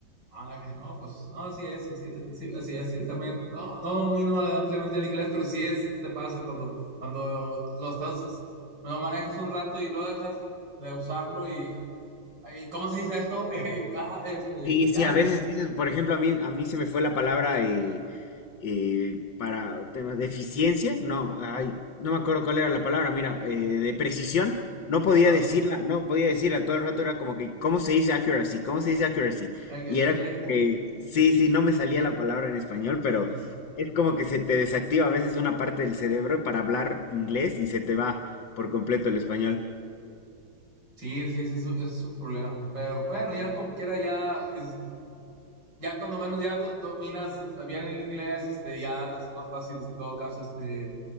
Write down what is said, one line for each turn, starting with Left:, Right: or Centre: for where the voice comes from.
Right: Ah, que si no, pues no, así es, así es, así, así es, sí, también, no, no domino ampliamente el inglés, pero sí es, te pasa cuando, cuando lo estás, lo manejas un rato y lo dejas de usarlo y, ay, ¿cómo se dice esto? <laughs> Y, ah, este,
Left: Sí, sí,
Right: ya,
Left: a veces dices, por ejemplo, a mí, a mí se me fue la palabra eh, eh, para temas de eficiencia, no, ay, no me acuerdo cuál era la palabra, mira, eh, de precisión, no podía
Right: ah,
Left: decirla, no podía decirla, todo el rato era como que, ¿cómo se dice accuracy? ¿Cómo se dice accuracy?
Right: I guess,
Left: Y era
Right: yeah.
Left: como que, sí, sí, no me salía la palabra en español, pero
Right: Sí, sí,
Left: es como que se te desactiva a veces una parte del cerebro para hablar inglés y se te va por completo el español.
Right: sí, sí, sí, es, un es un problema, pero bueno, ya como quiera, ya, es- ya cuando menos ya do- dominas bien el inglés, este, ya es más fácil en todo caso, este